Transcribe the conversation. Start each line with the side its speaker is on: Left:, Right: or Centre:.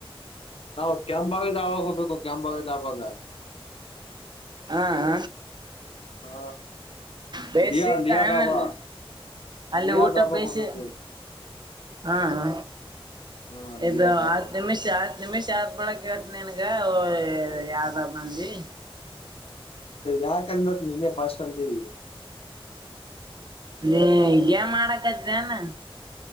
Left: ನಾವು ಕೆಂಬಾವಿ ದಾಬಾ ಹೋಗಬೇಕು ಕೆಂಬಾವಿ ದಾಬಾಗ
Right: ಹ ಹ
Left: ಹಾ
Right: ಬೆಸಿ
Left: ಲಿಯಾ ಲಿಯಾ
Right: ತನಲ್ಲು
Left: ಧಾಬಾ
Right: ಅಲ್ಲಿ
Left: ಲಿಯಾ
Right: ಊಟ
Left: ಧಾಬಾಕ್
Right: ಬೇಯಿಸಿ
Left: ಹೋಗ್ಬೇಕು
Right: ಹಾ ಹಾ
Left: ಹಾ
Right: ಇದು
Left: ಲಿಯಾ ಧಾಬಾ
Right: ಹತ್ತು ನಿಮಿಷ ಹತ್ತ್ ನಿಮಿಷ ಯತ್ ಬಳಿ ಕೇಳ್ತ ನಿನ್ಗ ಯಾವ್ದ ಮಂದಿ
Left: ಯಾಕಂದ್ರೆ‌ ನೀನ್ನೇ ಪಸ್ಟ್ ಅಂತಿದಿ
Right: ಹ್ಮ್ ಏನ್ ಮಾಡಕತ್ ಏನಾ